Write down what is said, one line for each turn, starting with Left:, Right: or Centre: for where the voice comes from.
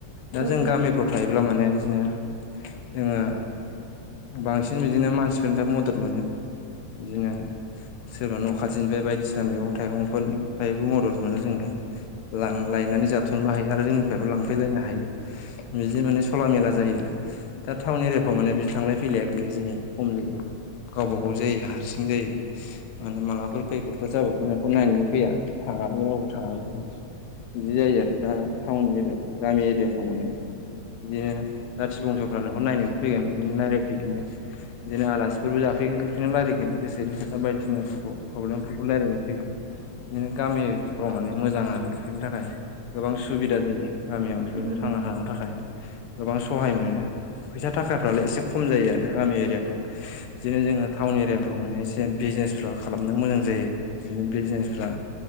Left: दा
Right: उम
Left: जों
Right: उम
Left: गामिफ्राव थायोब्ला माने बिदिनो जोंङो बांसिन बिदिनो मानसिफोरनिफ्राय मदद मोनो बिदिनो सोरबा न' खाथिनिफ्राय बायदिसिना मैगं थाइगंफोरनिफ्रायबो मदद मोनो जोंङो। लांलायनानै जाथ'नो हायो आरो जोंनिफ्रायबो लांफैलायनो हायो। मिजि माने सला मेला जायो आरो दा टाउन एरियाफ्राव माने बिदि थांलाय फैलाया गैया जायो खम जायो गावबा गाव जायो हारसिं जायो। माने माबाफोर खैफोदफोर जाबाबो नोंखौ नायनोबो फैया थांङाबो रावबो थांङाबो बिदि जायो आरो दा टाउन एरिया गामि एरियाफ्राव माने बिदिनो जाथि बंस'फ्रा नोंखौ नायनोबो फैगोन बिदिनो रायलायफैगोनबो बिदिनो आलासिफोरबो जाफैगोन बिदिनो रायलायगोन गोसोनि खोथा बायदिसिनाफोरखौ प्रब्लेमफोरखौ रायज्लायनो फैगोन बिदिनो गामिफ्राव माने मोजां आरो बेफोरनि थाखाय गोबां सुबिदा जायो गामियाव बेफोरो
Right: उम
Left: थांना
Right: उम
Left: थानो थाखाय गोबां सहाय मोनो फैसा थाखाफ्रालाय एसे खम जायो आरो गामि एरियाफ्राव बिदिनो जोंङो टाउन एरियाफ्राव माने एसे बिजनेस फाव खालामनो मोजां जायो। बिदिनो बिजनेसफ्रा